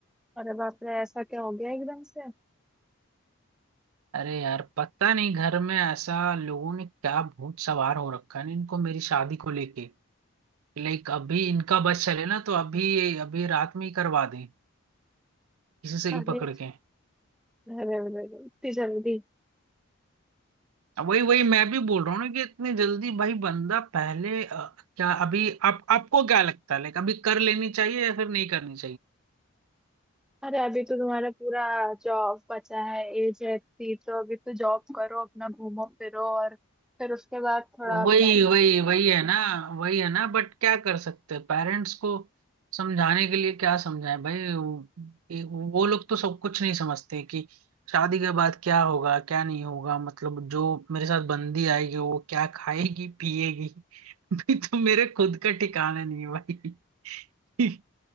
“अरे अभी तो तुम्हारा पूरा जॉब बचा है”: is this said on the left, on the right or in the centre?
Centre